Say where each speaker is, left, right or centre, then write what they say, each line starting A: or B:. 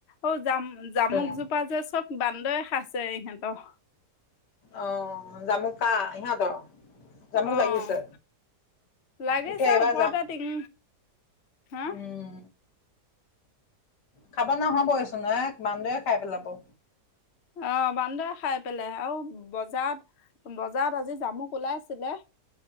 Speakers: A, on the left; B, on the left.
A: অ', জাম-জামুক
B: তোন।
A: জোপা যে চব বান্দৰে খাইছে ইহঁতৰ।
B: অ', জামু কাৰ, ইহঁতৰ? জামুক
A: অ',
B: লাগিছে
A: লাগিছে,
B: এতিয়া এইবাৰ
A: ওপৰতে
B: যাম।
A: টিং আ
B: উম, খাব নহবয়ে চোন এ বান্দৰে খাই পেলাব।
A: অ', বান্দৰে খাই পেলাই আৰু বজাৰত, বজাৰত আজি জামুক ওলাইছিলে।